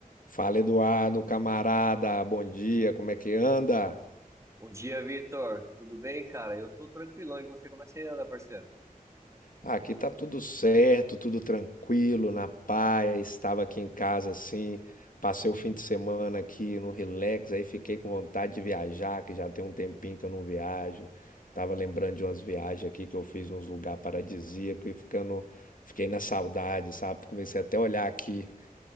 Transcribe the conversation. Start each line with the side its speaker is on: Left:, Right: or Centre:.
Left: Fala Eduardo, camarada, bom dia, como é que anda?
Right: Bom dia, Vitor. Tudo bem, cara? Eu tô tranquilão. E você, como é que você anda, parceiro?
Left: Ah, Aqui tá tudo certo, tudo tranquilo, na paz. Estava aqui em casa assim, passei o fim de semana aqui no relax, aí fiquei com vontade de viajar, que já tem um tempinho que eu não viajo. Tava lembrando de umas viagens aqui que eu fiz nos lugares paradisíacos e ficando, fiquei na saudade, sabe? Comecei até a olhar aqui